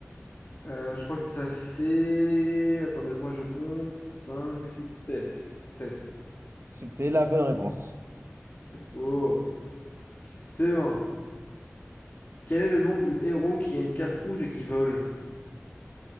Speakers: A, on the left (about 45°); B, on the right (about 60°).
A: Heu, je crois que ça fait attends, laisse-moi je compte cinq, six 7 7.
B: C'était la bonne réponse.
A: Let's go. C1. Quel est le nom du héros qui a une cape rouge et qui vole?